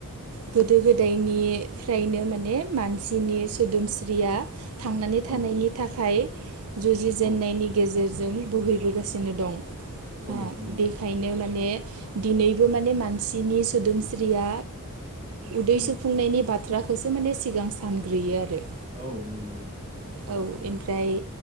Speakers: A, on the right (about 75°); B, on the right (about 30°).
A: गोदो गोदायनिफ्रायनो माने मानसिनि सोदोमस्रिया थांनानै थानायनि
B: औ
A: थाखाय जुजिजेनन्नायनि
B: औ
A: गेजेरजों बोहैबोगासिनो दं।
B: औ
A: आ
B: नंगौ
A: बेखायनो माने दिनैबो माने मानसिनि सोदोमस्रिया उदै
B: औ
A: सुफुंनायनि बाथ्रा खौसो माने सिगां सानग्रोयो आरो।
B: औ नंगौ
A: औ एमफ्राय